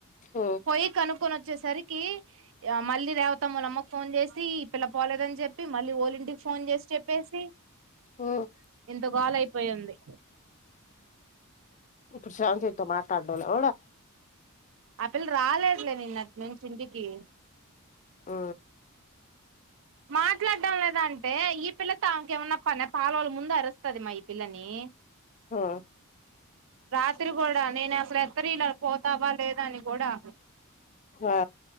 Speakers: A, on the left; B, on the right.
A: ఉమ్
B: పోయి కను కొని వచ్చేసరికి మళ్ళీ రేవతి వాళ్ళ అమ్మకు ఫోన్ చేసి ఈ పిల్ల పోలేదని చెప్పి మళ్ళీ ఓలీ ఇంటికి ఫోన్ చేసి చెప్ చెప్పేసి
A: ఉమ్
B: ఇంత గోలయిపోయింది
A: ఇప్పుడు స్రవంతితో మాట్లాడడం <unintelligible>
B: ఆ పిల్ల రాలేదులే నిన్నటి నుంచి ఇంటికి
A: ఆ
B: మాట్లాడడం లేదంటే ఈ పిల్లతో ఆమెకేమన్న పనా పాలొల్ల ముందు అరుస్తుది మా ఈ పిల్లని
A: ఆ
B: రాత్రి కూడా నేను అసలు నిద్ర ఇలా పోతావా లేదా అని కూడా
A: ఆ